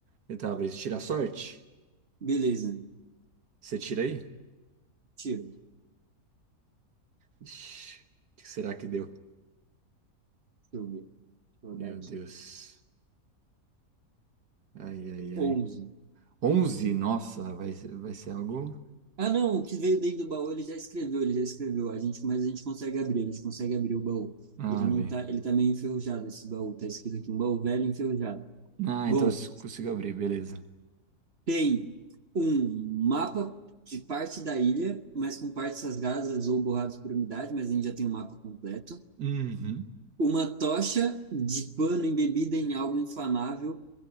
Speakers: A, on the right; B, on the right.
A: Tentar abrir. Tirar sorte?
B: Beleza,
A: Você tira aí?
B: tiro.
A: Ixi, o que será que deu?
B: Deixa eu ver. Deixa eu
A: Meu
B: rodar aqui.
A: Deus. Ai, ai,
B: onze
A: ai. Onze, Nossa, vai, ser- vai ser algo.
B: Ah, não, o que veio dentro do baú ele já escreveu, ele já escreveu. A gente, mas a gente consegue abrir, a gente consegue abrir o baú.
A: Ah,
B: Ele não
A: bem.
B: tá, ele tá meio enferrujado esse baú, tá escrito aqui, um baú velho enferrujado.
A: Ah,
B: Bom,
A: então eu consigo abrir, beleza.
B: tem um mapa de parte da ilha, mas com partes rasgadas ou borradas por umidade, mas a gente já tem um mapa completo.
A: Uhum.
B: Uma tocha de pano embebida em algo inflamável,